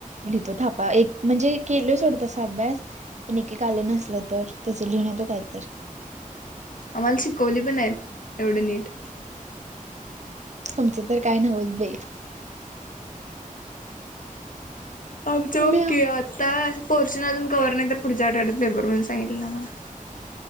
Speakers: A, on the right; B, on the left.
A: लिहितो थापा एक म्हणजे केलोय सोडं तसा अभ्यास पण एक, एक, आलं नसल तर, त्याचं लिहूण येतो काय तर.
B: आम्हाला शिकवली पण नाहीत, एवढं नीट
A: तुमचं तर काय, नव्हेच बाई.
B: आमचं बघ
A: म्या
B: की, आता पोर्शन अजून कवर नाही तर, पुढच्या आठवड्यात पेपर म्हणून सांगितलीत आम्हाला.